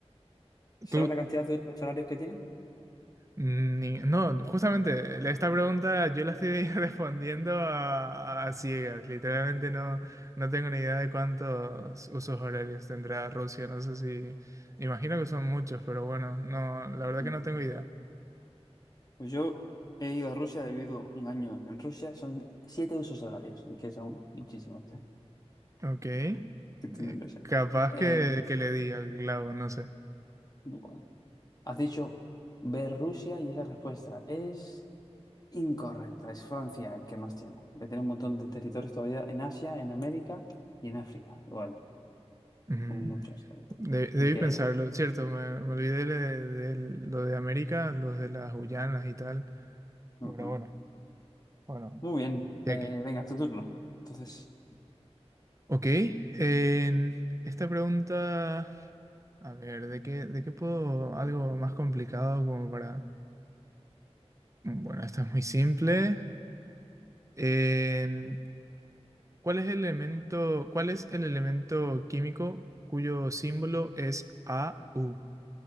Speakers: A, on the left; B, on the right.
A: ¿Sabes
B: Tú,
A: la cantidad de euros horarios que tienen?
B: ni... No, justamente, la- esta pregunta yo la estoy <laughs> respondiendo a, a ciegas. Literalmente no, no tengo ni idea de cuántos usos horarios tendrá Rusia. No sé si... Imagino que son muchos, pero bueno, no, la verdad
A: Ujú.
B: que no tengo idea.
A: Pues yo he ido a Rusia, he vivido un año en Rusia, son siete usos horarios, que son muchísimos <laughs>
B: Ok. Eh,
A: que tiene Rusia.
B: capaz
A: Eh,
B: que, que le di al clavo, no sé.
A: bueno, has dicho ver Rusia y esa respuesta es incorrecta, es Francia el que más tiene, que tiene un montón de territorios todavía en Asia, en América y en África, igual,
B: Mm,
A: son muchos territorios.
B: de- debí
A: Así que,
B: pensarlo. Cierto, me, me olvidé de, de lo de América, los de las Guyanas y tal.
A: ujú.
B: Bueno, bueno. Bueno,
A: Muy bien,
B: Ya
A: eh,
B: que.
A: venga, tu turno. Entonces,
B: Ok. en esta pregunta. A ver, ¿de qué, de qué puedo? Algo más complicado como para. mm, Bueno, esta es muy simple. En, ¿cuál es el elemento, cuál es el elemento químico cuyo símbolo es AU?